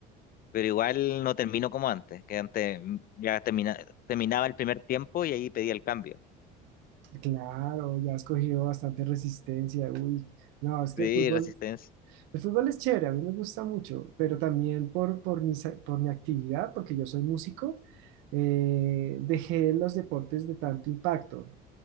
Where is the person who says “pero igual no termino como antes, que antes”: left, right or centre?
Left